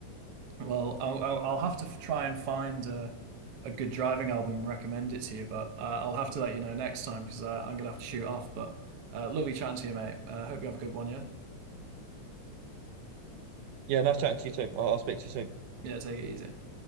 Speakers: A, on the right; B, on the right.
A: Well, I'll I'll, I'll have to f- try and find a a good driving album and recommend it to you, but uh, I'll have to let you know next time because I'm gonna have to shoot off. But uh, lovely chatting to you, mate. Uh, hope you have a good one, yeah?
B: Yeah, nice chatting to you too. I'll, I'll speak to you soon.
A: Yeah, take it easy.